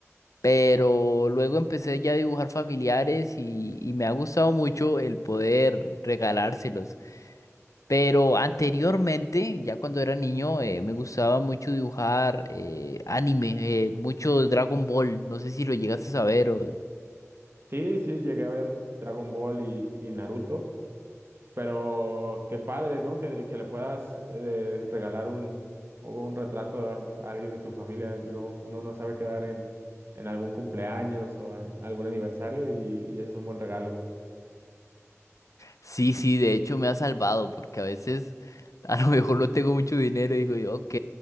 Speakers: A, on the left; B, on the right.
A: pero luego empecé ya a dibujar familiares y, y me ha gustado mucho el poder regalárselos. Pero anteriormente, ya cuando era niño, eh, me gustaba mucho dibujar eh, anime, eh, mucho Dragon Ball. No sé si lo llegaste a saber o
B: Sí, sí, llegué a ver Dragon Ball y, y Naruto. Pero qué padre, ¿no? Que, le que le puedas eh, regalar un, un retrato a alguien de tu familia. Luego uno no sabe quedar en, en algún cumpleaños o a- algún aniversario y, y ese es un buen regalo.
A: Sí, sí, de hecho me ha salvado porque a veces a lo mejor no tengo mucho dinero y digo yo, ok,